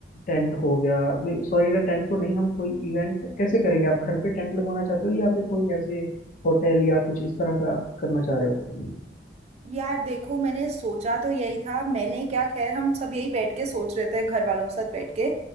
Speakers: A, on the left; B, on the right.
A: टेंट हो गया नहीं सॉरी अगर टेंट तो नहीं हम कोई इवेंट कैसे करेंगे आप घर पे टेंट लगवाना चाहते हो या फिर कोई ऐसे होटल या कुछ इस तरह का करना चाह रहे
B: यार देखो मैंने सोचा तो यही था मैंने क्या खैर हम सब यही बैठ के सोच रहे थे घर वालों के साथ बैठ के